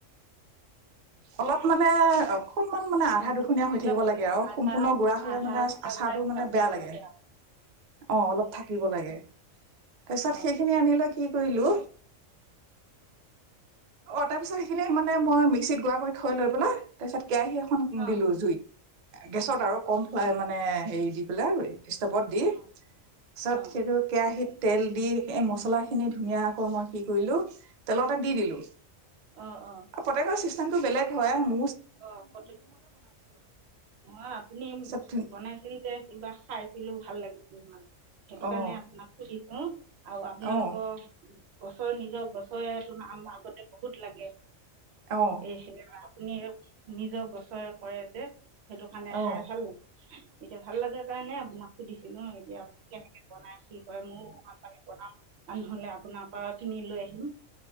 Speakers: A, on the right; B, on the right.
A: অলপ মানে অকণমান মানে আধা
B: অ, গোটা
A: দুখনীয়া হৈ
B: গোটা
A: থাকিব লাগে আৰু
B: আধা
A: সম্পূৰ্ণ গুৰা হলে
B: আধা
A: মানে
B: গোটা
A: আচাৰটো
B: গোটা
A: মানে
B: দিব
A: বেয়া লাগে
B: আও
A: অ অলপ থাকিব লাগে তাৰ পিছত
B: অ
A: সেইখিনি আনিলৈ কি কৰিলো অ তাৰপিছত সেইখিনি মানে মই মিক্সিত গুৰা থৈ লৈ পেলাই তাৰপিছত কেৰাহী এখন
B: অ
A: দিলো জুইত গেছত আৰু কমফাই মানে হেৰি দি পেলাই হ ষ্টপত দি
B: অ
A: পিছত
B: অ',
A: সেইটো কেৰাহীত তেল দি এই মছলাখিনি ধুনীয়াকৈ মই কি কৰিলো তেলতে দি দিলো
B: আহ অ
A: আৰু <unintelligible> বেলেগ হয় ম
B: অ প অ আপুনি
A: তাৰপিছত
B: বনাইছিল যে কিবা খাইছিলো ভাল লাগিল উম সেইটো
A: অ
B: কাৰণে আপোনাক সুধিছো আৰু আপোনালোকৰ
A: অ
B: গছৰ নিজৰ গছৰে আমটো আগতে বহুত লাগে
A: অ
B: এ হে আপুনি নিজৰ বছৰে কৰে যে সেইটো কাৰণে
A: অ
B: খাই ভাল লাগে এতিয়া ভাল লাগে কাৰণে আপোনাক সুধিছিলো এতিয়া আপুনি কেনেকে বনাই, কি কৰে, মোয়ো ভাল পালে বনাম আৰু নহলে আপোনাৰ পৰা কিনি লৈ আহিম